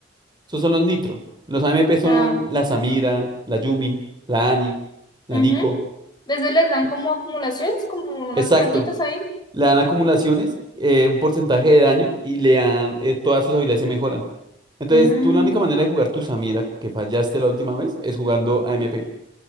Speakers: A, on the right (about 25°); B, on the left (about 25°).
A: Esos son los Nitro. Los AMP son
B: Ah,
A: la Samira, la Yumi, la Ani, la
B: ujú.
A: Nico.
B: Veces les dan
A: Ex.
B: como acumulaciones, como unas
A: Exacto.
B: cajitas ahí.
A: Le dan acumulaciones, eh, un porcentaje de daño y le dan... eh, todas sus habilidades se mejoran. Entonces,
B: Mm,
A: tú la única manera de jugar tu Samira, que fallaste la última vez, es jugando AMP,